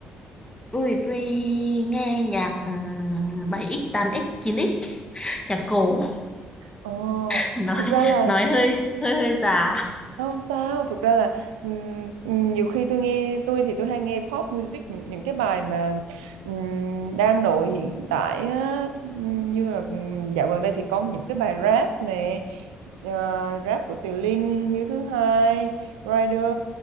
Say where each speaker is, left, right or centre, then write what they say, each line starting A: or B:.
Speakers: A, on the left; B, on the right.
A: Tôi tôi nghe nhạc ừm, 7x, 8x, chín x nhạc cổ.
B: Ồ,
A: <laughs> nói
B: thực ra là
A: nói hơi hơi hơi già
B: Không sao, thực ra là ừm, ừm, nhiều khi tôi nghe tôi thì tôi hay nghe pop music những, những cái bài mà ừm, đang nổi hiện tại á, Ừm, như là ừm, dạo gần đây thì có những cái bài rap nè ờ, rap của Từ Linh, Hiếu thứ hai, Rider